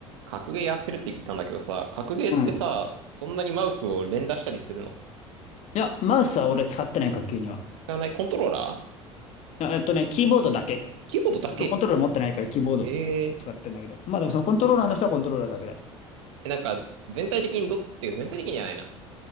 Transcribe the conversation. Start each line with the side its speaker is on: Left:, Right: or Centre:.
Right: 格ゲーやってるって聞いたんだけどさ、格ゲーってさ、
Left: うん。
Right: そんなにマウスを連打したりするの
Left: いや、マウスは俺使ってない、学級には。
Right: 使わないコントローラー
Left: いやえっとね、キーボードだけ。
Right: キーボードだけ
Left: 俺コントローラー持ってないからキーボード使ってんだけど。
Right: えー、
Left: まあでもそのコントローラーの人はコントローラーだけだね。
Right: えなんか、全体的にどって全体的にじゃないな。